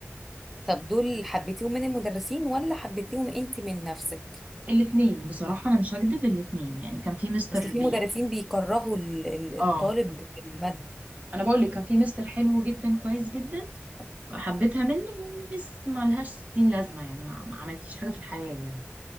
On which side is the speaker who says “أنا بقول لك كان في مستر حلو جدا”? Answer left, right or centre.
Right